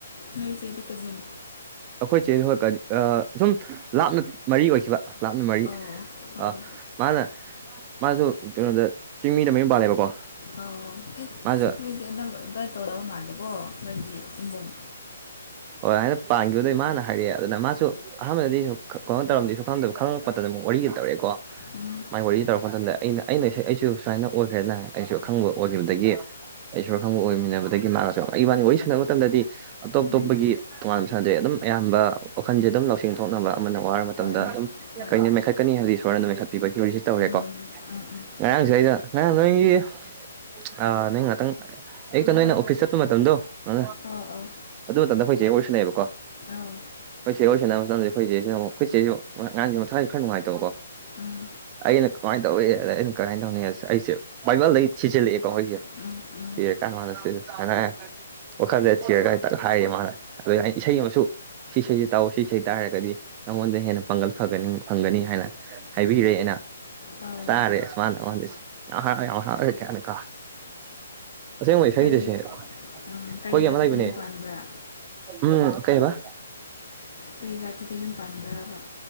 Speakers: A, on the left; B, on the right.
A: ꯅꯣꯏ ꯆꯦꯗꯤ ꯀꯖꯤꯟ
B: ꯑꯩꯈꯣꯏꯁꯦ ꯍꯣꯏ ꯀ ꯁꯨꯝ ꯂꯥꯞꯅ ꯃꯔꯤ ꯑꯣꯏꯈꯤꯕ ꯂꯥꯞꯅ ꯃꯔꯤ
A: ꯑꯧ ꯑꯧ
B: ꯑ ꯃꯥꯅ ꯃꯥꯁꯨ ꯀꯩꯅꯣꯗ ꯆꯤꯡꯃꯤꯗ ꯃꯌꯨꯝ ꯄꯥꯜꯂꯦꯕꯀꯣ
A: ꯑꯧ ꯑꯦ
B: ꯃꯥꯁꯨ
A: ꯅꯣꯏꯗꯤ ꯑꯅꯝꯕ ꯑꯗꯨꯃꯥꯏ ꯇꯧꯅꯕ ꯃꯥꯜꯂꯦꯀꯣ ꯅꯣꯏꯒꯤ ꯏꯃꯨꯡ
B: ꯍꯣꯏ ꯑꯗꯥꯟꯅ ꯄꯥꯟꯈꯤꯕꯗꯩ ꯃꯥꯅ ꯍꯥꯏꯔꯛꯑꯦ ꯑꯗꯨꯅ ꯃꯥꯁꯨ ꯑꯍꯥꯟꯕꯗꯗꯤ ꯈ ꯀ ꯀꯅꯣ ꯇꯧꯔꯝꯗꯤ ꯁꯨ ꯈꯪꯗꯕ ꯈꯪꯉꯛꯄꯗ ꯋꯥꯔꯤꯒ ꯇꯧꯔꯑꯦꯀꯣ
A: ꯎꯝ
B: ꯃꯥꯏ ꯋꯥꯔꯤ ꯇꯧꯔꯛꯄ ꯃꯇꯝꯗ ꯑꯩꯅ ꯑꯩꯅ ꯑꯩꯁꯨ ꯁꯨꯃꯥꯏꯅ ꯑꯣꯏꯈ꯭ꯔꯦꯅ ꯑꯩꯁꯨ ꯈꯪꯕ ꯑꯣꯏꯈꯤꯕꯗꯒꯤ ꯑꯩꯁꯨ ꯈꯪꯕ ꯑꯣꯏꯃꯤꯟꯅꯕꯗꯒꯤ ꯃꯥꯒ ꯏꯕꯥꯏꯅꯤ ꯋꯥꯔꯤ ꯁꯥꯟꯅꯕ ꯃꯇꯝꯗꯗꯤ ꯑꯇꯣꯞ
A: ꯎꯝ
B: ꯇꯣꯞꯄꯒꯤ ꯇꯣꯉꯥꯟ ꯁꯥꯗ꯭ꯔꯦ ꯑꯗꯨꯝ ꯑꯌꯥꯝꯕ ꯋꯥꯈꯜꯖꯦ ꯑꯗꯨꯝ ꯂꯧꯁꯤꯡ ꯊꯣꯛꯅꯕ ꯑꯃꯅ ꯋꯥꯔ ꯃꯇꯝꯗ
A: ꯍꯣꯏ ꯍꯣꯏ
B: ꯑꯗꯨꯝ
A: ꯍꯣꯏ
B: ꯀꯩꯅ
A: ꯍꯣꯏ
B: ꯃꯦꯟꯈꯠꯀꯅꯤ ꯍꯥꯏꯕꯗꯤ ꯏꯁꯣꯔꯅ ꯃꯦꯟꯈꯠꯄꯤꯕ ꯊꯤꯑꯣꯔꯤꯁꯤ ꯇꯧꯔꯦꯀꯣ
A: ꯎꯝ ꯎꯝ ꯎꯝ
B: ꯉꯔꯥꯡꯁꯨ ꯑꯩꯅ ꯉꯔꯥꯡ ꯅꯣꯏꯒꯤ ꯑꯥ ꯅꯣꯏ ꯉꯥꯛꯇꯪ ꯑꯌꯨꯛꯇ ꯅꯣꯏ ꯑꯣ ꯐꯤꯁ ꯆꯠꯄ ꯃꯇꯝꯗꯣ ꯑꯏ
A: ꯑꯥꯎ ꯑꯥꯎ
B: ꯑꯗꯨ ꯃꯇꯝꯗ ꯑꯈꯣꯏ ꯆꯦ ꯋꯥꯔꯤ ꯁꯥꯅꯩꯕꯀꯣ
A: ꯑꯧ
B: ꯑꯈꯣꯏ ꯆꯦ ꯋꯥꯔꯤ ꯁꯥꯟꯅꯕ ꯃꯇꯝꯗ ꯑꯈꯣꯏ ꯏꯆꯦꯁꯤꯅ ꯑꯃꯨꯛ ꯈꯣꯏ ꯆꯦꯁꯨ ꯉꯥ ꯉꯔꯥꯡꯗꯤ ꯃꯊꯋꯥꯏ ꯈꯔ ꯅꯨꯡꯉꯥꯏꯇꯕꯀꯣ
A: ꯎꯝ
B: ꯑꯩꯒꯤꯅ ꯀꯃꯥꯏ ꯇꯧꯋꯤ ꯑꯗ ꯑꯩꯅ ꯀꯃꯥꯏꯅ ꯇꯧꯅꯤ ꯍꯥꯏꯁꯦ ꯑꯩꯁꯦ ꯕꯥꯏꯕꯜꯗꯒꯤ ꯊꯤꯖꯤꯜꯂꯛꯑꯦꯀꯣ ꯍꯣꯏꯖꯦ
A: ꯎꯝ ꯎꯝ
B: ꯁꯤ ꯀꯥꯅ ꯀ <unintelligible> ꯅꯥꯅ ꯁꯤ ꯈꯅ ꯋꯥꯈꯜꯖꯦ ꯊꯤꯔꯒ ꯇꯛ ꯍꯥꯏꯌꯦ ꯃꯥꯅ ꯑꯗꯨ ꯑꯩꯅ ꯏꯁꯩ ꯑꯃꯁꯨ ꯁꯤ ꯏꯁꯩꯖꯦ ꯇꯥꯑꯣ ꯁꯤ ꯏꯁꯩ ꯇꯥꯔꯒꯗꯤ ꯅꯪꯉꯣꯟꯗ ꯍꯦꯟꯅ ꯄꯥꯡꯒꯜ ꯐꯒꯅꯤ ꯐꯪꯒꯅꯤ ꯍꯥꯏꯅ ꯍꯥꯏꯕꯤꯔꯦ ꯑꯩꯅ
A: ꯑꯥ
B: ꯌꯥꯔꯦ ꯑꯁ ꯃꯥꯅ ꯃꯥꯗꯦ ꯌꯥꯝ ꯍꯔꯥꯎ ꯌꯥꯝ ꯍꯔꯥꯎꯒ ꯀꯌꯥꯅꯤꯀꯣ ꯑꯁꯦꯡꯕꯣꯏ ꯏꯁꯩꯗꯨ
A: ꯀꯔꯤ
B: ꯁꯤꯅꯦ ꯑꯈꯣꯏꯒꯤ
A: ꯎꯝ ꯀꯔꯤ ꯖꯥꯇꯤꯗ
B: ꯑꯃ ꯂꯩꯕꯅꯦ
A: ꯌꯨꯝ ꯄꯥꯟꯕ꯭ꯔꯥ
B: ꯎꯝ ꯀꯩ ꯑꯕ
A: ꯀꯩ ꯖꯥꯇꯤꯗ ꯌꯨꯝ ꯄꯥꯟꯕ꯭ꯔꯕꯥꯥ